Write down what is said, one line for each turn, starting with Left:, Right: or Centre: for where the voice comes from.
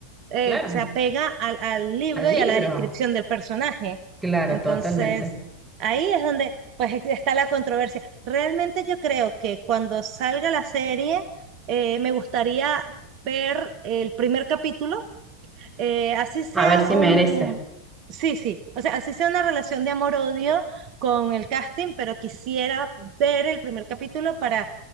Right: eh,
Centre: claro,
Right: se apega al, al libro
Centre: al
Right: y
Centre: libro.
Right: a la descripción del personaje.
Centre: Claro,
Right: Entonces,
Centre: totalmente.
Right: ahí es donde pues ex- está la controversia. Realmente yo creo que cuando salga la serie, eh, me gustaría ver el primer capítulo eh, así sea
Centre: A ver si
Right: un,
Centre: merece.
Right: sí, sí, o sea, así sea una relación de amor-odio con el casting, pero quisiera ver el primer capítulo para,